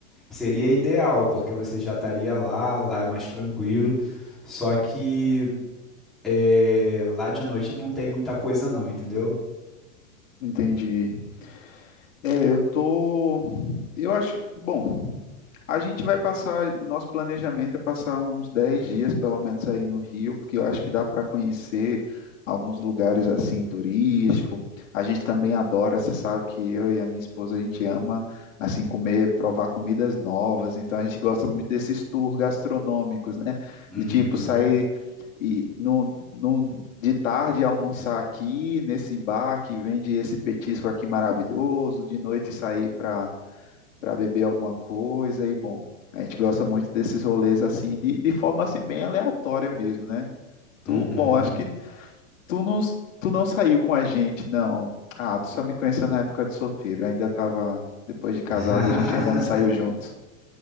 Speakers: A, in the centre; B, on the left.
A: Seria ideal, porque você já estaria lá, lá é mais tranquilo. Só que é, lá de noite não tem muita coisa não, entendeu?
B: Entendi. É, eu tô. Eu acho. Bom. A gente vai passar, o nosso planejamento é passar uns 10 dias, pelo menos, aí no Rio, porque eu acho que dá para conhecer alguns lugares assim turístico. A gente também adora, você sabe que eu e a minha esposa a gente ama assim comer, provar comidas novas. Então a gente gosta muito desses tours gastronômicos, né?
A: Uhum,
B: De tipo sair e no, no, de tarde almoçar aqui nesse bar que vende esse petisco aqui maravilhoso, de noite sair para para beber alguma coisa e bom, a gente gosta muito desses rolês assim, de, de forma assim bem aleatória mesmo, né? Tu,
A: uhum.
B: bom, acho que tu não, tu não saiu com a gente, não. Ah, tu só me conheceu na época de solteiro, eu ainda tava, depois de casado,
A: <laughs>
B: a gente ainda não saiu juntos.